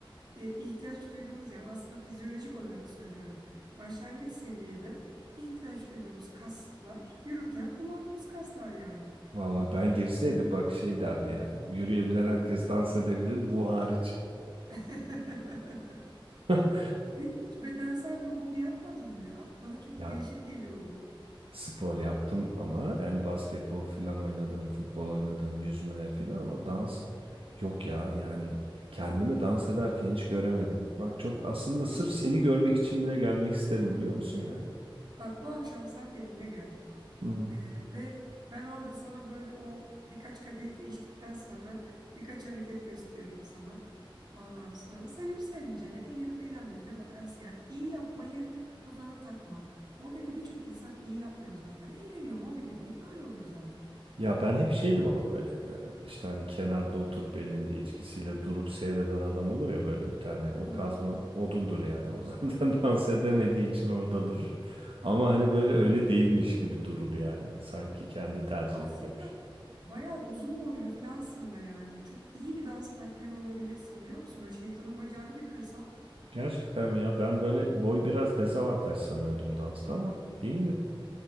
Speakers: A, on the right; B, on the right.
A: e, ihtiyaç duyduğumuz yani aslında fizyolojik olarak söylüyorum. Başlangıç seviyede ihtiyaç duyduğumuz kaslar yürürken kullandığımız kaslar yani.
B: Valla ben girseydim bak şey derdi yani. Yürüyebilen herkes dans edebilir bu hariç.
A: <laughs>
B: <laughs>
A: Peki hiç bedensel bir hobi yapmadın mı ya? Bana çok
B: Ya
A: değişik geliyor bu.
B: spor yaptım ama yani basketbol filan oynadım, futbol oynadım, yüzme filan ama dans yok ya yani kendimi dans ederken hiç göremedim. Bak çok aslında sırf
A: E,
B: seni görmek için bile gelmek isterim biliyor musun yani?
A: bak bu akşam sen benimle gel.
B: Hmm.
A: Ee, ve ben orada sana böyle o birkaç kadeh değiştikten sonra birkaç hareket gösteririm sana. Ondan sonra sevip sevmeyeceğine, eğlenip eğlenmediğine bakarsın. Yani iyi yapmayı kafana takma. Oradaki birçok insan iyi yapmıyor zaten. Eğleniyor. Hobi dediğim böyle olur zaten.
B: Ya ben hep şeydim ama böyle e, işte hani kenarda oturup elinde içkisiyle durup seyreden adam olur ya böyle bir tane o
A: Hı.
B: kazma odundur yani o zaten <laughs> dans edemediği için orada durur. Ama hani böyle öyle değilmiş gibi durur yani sanki kendi tercih
A: Aslında
B: etmiyormuş.
A: bayağı uzun boylu filansın da yani. Çok iyi bir dans partneri olabilirsin biliyor musun? Böyle şeytanın bacağını bir kırsan
B: Gerçekten mi ya ben böyle boy biraz dezavantaj sanıyordum dansta ama değil mi?